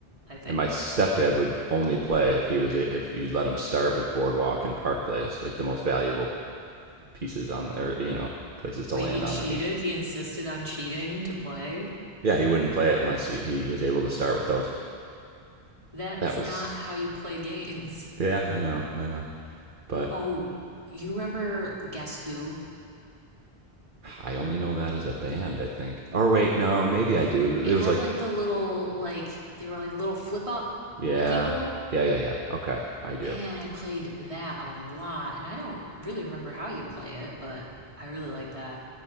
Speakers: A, on the right; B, on the right.
A: I think.
B: And my stepdad would only play if he was if you'd let him start with Boardwalk and Park Place, like the most valuable pieces on or you know places to
A: Wait,
B: land
A: he cheated?
B: on the game.
A: He insisted on cheating to play?
B: Yeah, he wouldn't play it unless he, he was able to start with those.
A: That's
B: That
A: not
B: was
A: how you play games.
B: yeah, I know, I know, but
A: Oh, you remember Guess Who?
B: I only know that as a band. I think. Or wait, no, maybe I do. There
A: It had
B: was like
A: like the little like they were like little flip up
B: yeah,
A: people.
B: yeah, yeah, yeah. Okay, I
A: Man,
B: do.
A: I played that a lot, and I don't really remember how you play it, but I really like that.